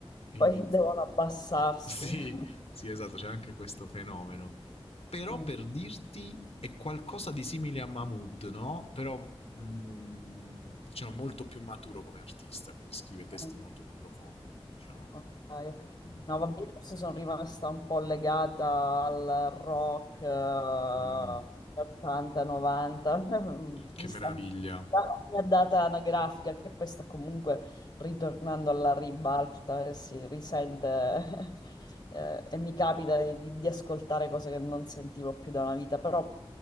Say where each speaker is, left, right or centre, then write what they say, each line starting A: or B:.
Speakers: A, on the left; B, on the left.
A: iniz-
B: poi devono abbassarsi.
A: sì,
B: <laughs>
A: sì, esatto, c'è anche questo fenomeno. Però
B: Mm.
A: per dirti è qualcosa di simile a Mahmood, no? Però mm, diciamo molto più maturo come artista, quindi scrive testi
B: mm.
A: molto più profondi, diciamo.
B: Ok, ok.
A: Mm.
B: No, vabbè, io forse sono rimasta un po' legata al rock eh,
A: Mm.
B: 80-90, <laughs>
A: Che
B: vista
A: meraviglia.
B: anche la mia data anagrafica, che poi sta comunque ritornando alla ribalta e si risente. <laughs> eh, e mi capita di, di- di ascoltare cose che non sentivo più da una vita, però